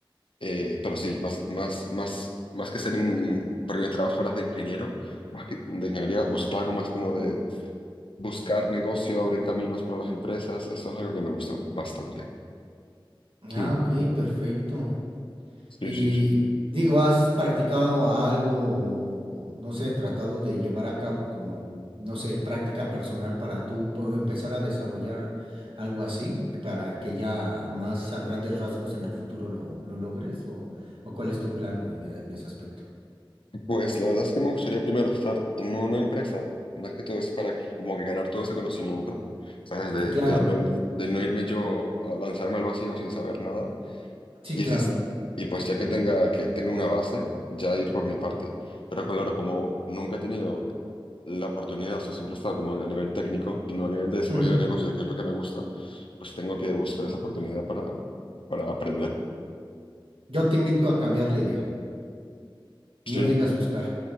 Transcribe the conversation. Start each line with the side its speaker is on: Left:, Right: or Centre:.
Left: Eh, pero sí, más, más, más, más que ser, in- porque mi trabajo era de ingeniero, más que de ingeniería, buscar algo más como de buscar negocio, abrir caminos para las empresas, eso es algo que me gusta bastante.
Right: Ah,
Left: Hmm.
Right: ok, perfecto.
Left: Sí,
Right: Y
Left: sí, sí. sí.
Right: digo, ¿has practicado algo o, no sé, tratado de llevar a cabo como, no sé, práctica personal para tú po- empezar a desarrollar algo así, que para que ya más a grandes rasgos en el futuro lo, lo logres? ¿O, o cuál es tu plan o idea en ese aspecto?
Left: Pues la verdad es que me gustaría primero estar en una empresa, más que todo es para como que ganar todo ese conocimiento, ¿sabes? De,
Right: Claro,
Left: de no ir, de no irme yo a lanzarme al vacío sin saber nada.
Right: sí,
Left: Y,
Right: claro.
Left: ese es- y pues ya que tenga, que tenga una base, ya ir por mi parte. Pero claro, como nunca he tenido la oportunidad, o sea, siempre he estado como a nivel técnico y no a nivel de desarrollo
Right: Ujú,
Left: de
Right: ujú.
Left: negocio, que es lo que me gusta, pues tengo que buscar esa oportunidad para, para aprender,
Right: Yo te invito a cambiar la idea.
Left: ¿sí?
Right: No digas buscar,